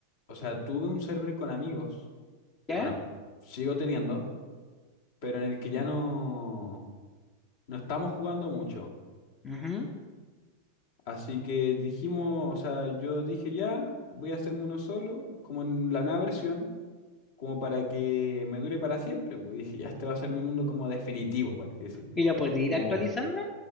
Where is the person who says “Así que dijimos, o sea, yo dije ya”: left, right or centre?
Left